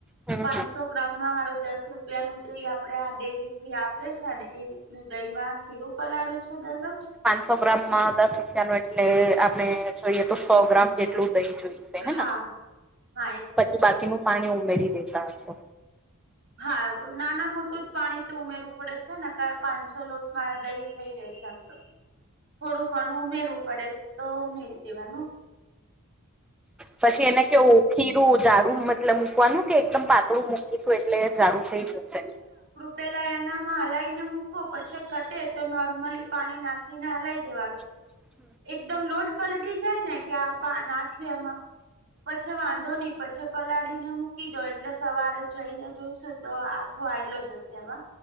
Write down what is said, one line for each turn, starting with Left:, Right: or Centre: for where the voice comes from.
Centre: હમ
Right: પાંચસો ગ્રામ. મારું દસ રૂપિયાનું દહીં આપણે આ ડેરીથી આપે છે ને એ રીતનું દહીંમાં. ખીરું પલાળું છું દરરોજ.
Centre: સો ગ્રામમાં દસ રૂપિયા ને, એટલે આપણે જોઈએ તો સો ગ્રામ જેટલું દહીં જોઈએ.
Right: હા હા એટલું
Centre: પછી
Right: જોઈએ
Centre: બાકીનું પાણી ઉમેરી દેતા હશો.
Right: હા, નાના-મોટું જેટલું પાણી તો ઉમેરવું પડે છે ને પાંચસો લોટ મારા દહીં થઈ રહ્યું છે આમ તો, થોડું ઘણું ઉમેરવું પડે. તો મારી દવાનું.
Centre: પછી એને કેવું ખીરું જાડું મતલબ મૂકવાનું કે એકદમ પાતળું મૂકીશું એટલે જાડું થઈ જશે.
Right: પહેલાં એમાં હલાવીને મૂકો, પછી ઘટ્ટ થાય તો નોર્મલી પાણી નાખીને હલાવી દેવાનું.
Centre: <inaudible>
Right: એકદમ નરમ પડી જાય ને કે આમાં નાખ્યું એમાં, પછી વાંધો નહીં પછી પલાળીને મૂકી દો એટલે સવારે જઈને જોઈશું તો આઠો આલો જ હશે એમાં.